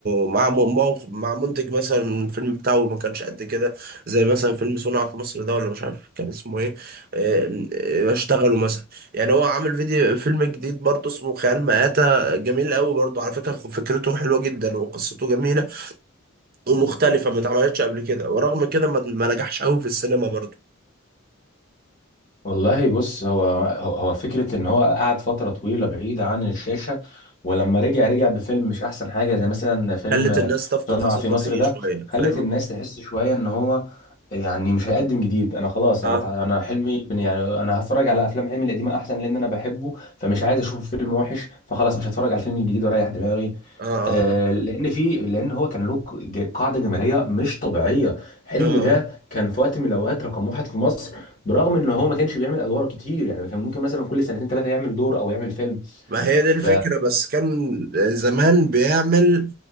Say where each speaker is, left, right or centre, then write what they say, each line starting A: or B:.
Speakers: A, on the right; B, on the left.
A: مع م- مع منتج مثلا الفيلم بتاعه ما كانش قد كده زي مثلا فيلم صنع في مصر ده ولا مش عارف كان اسمه ايه آه، آه، اشتغلوا مثلا يعني هو عامل فيديو فيلم جديد برضه اسمه خيال مآتة جميل قوي برضه على فكرة فكرته حلوة جدا وقصته جميلة ومختلفة ما اتعملتش قبل كده ورغم كده ما ما نجحش قوي في السينما برضه
B: والله بص هو هو هو فكرة ان هو قعد فترة طويلة بعيد عن الشاشة ولما رجع رجع بفيلم مش احسن حاجة زي مثلا فيلم
A: خلت الناس تفقد
B: صنع
A: الثقة
B: في مصر
A: فيه
B: ده
A: شوية
B: خلت
A: فاهم
B: الناس تحس شوية ان هو يعني مش هيقدم جديد انا خلاص
A: اه
B: انا تع- انا حلمي بن- يعني انا هتفرج على افلام حلمي القديمة احسن لان انا بحبه فمش عايز اشوف فيلم وحش فخلاص مش هتفرج على الفيلم الجديد واريح دماغي
A: اه
B: آه،
A: اه
B: لان في لان هو كان له ق- ج- قاعده جماهيريه مش طبيعيه حلمي
A: اه
B: ده
A: آه.
B: كان في وقت من الاوقات رقم واحد في مصر برغم ان هو ما كانش بيعمل ادوار كتير يعني كان ممكن مثلا كل سنتين ثلاثه يعمل دور او يعمل فيلم
A: ما هي دي
B: ف...
A: الفكرة بس كان زمان بيعمل